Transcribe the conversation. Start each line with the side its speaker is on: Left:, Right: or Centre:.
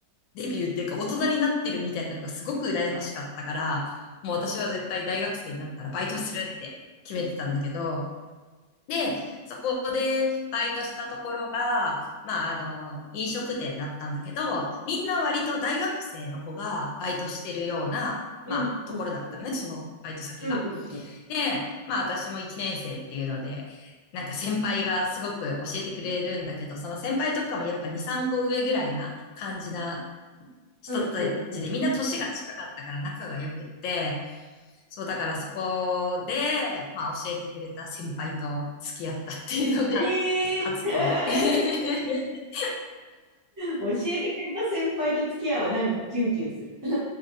Left: デビューっていうか、大人になってるみたいなのがすごく羨ましかったから、もう私は絶対大学生になったらバイトするって決めてたんだけど、で、そこでバイトしたところが、まあ、あの、飲食店だったんだけど、みんな割と大学生の子がバイトしてるような、
Right: うん。
Left: まあ、ところだったのね、
Right: うん。うん。
Left: そのバイト先が。
Right: うん。うん。
Left: で、まあ私も一年生っていうので、なんか先輩がすごく教えてくれるんだけど、その先輩とかもやっぱ2、3個上ぐらいな感じな人たちで、
Right: うん。うん。
Left: みんな年が近かったから仲が良くって、そうだからそこで、まあ教えてくれた先輩と付き合ったっていうのが初恋。
Right: ええー、<laughs>
Left: <laughs>
Right: 教えてくれた先輩と付き合うはなんかキュンキュンする。<laughs>